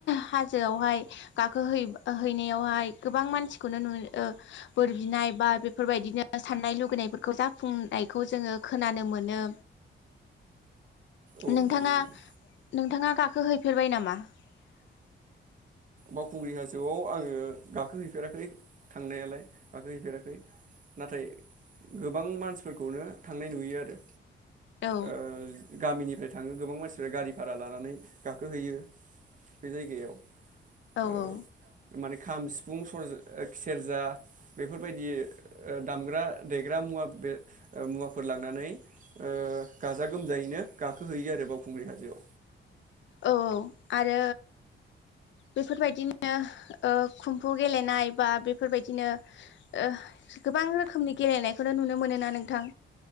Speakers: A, on the left; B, on the right.
A: हाजोआवहाय गाख हैनायावहाय गोबां मानसिखौनो बोर बिनाय बा बेफोरबायदिनो सान्नाय लुुबैनायफोरखौ जाफुंनायखौ जोङो खोनानो मोनो।
B: औ
A: नोंथाङा
B: नंगौ नोंथां
A: नोंथाङा गाखो हैफेरबाय नामा? <unintelligible>
B: बावखुंग्रि हाजोआव आङो गाखोहैफेराखै थांनायालाय गाखो हैैफेराखै नाथाय गोबां मानसिफोरखौनो थांनाय नुयो आरो।
A: औ
B: ओ गामिनिफ्राय थाङो। गोबां मानसिफ्रा गारि भारा लानानै गाखोहैयो। बे जायगायाव।
A: औ
B: ओ
A: औ।
B: माने खाम, सिफुं, सरज-सेरजा बेफोरबायदि ओ दामग्रा देग्रा मुवा बे मुवाफोर लांनानै ओ गाजा गोमजायैनो गाखोहैयो आरो बावखुंग्रि हाजोआव।
A: औ औ आरो बेफोरबायदिनो ओ खम्फु गेलेनाय बा बेफोरबायदिनो ओ गोबां रोखोमनि गेलेनायखौनो नुनो मोनो ना नोंथां?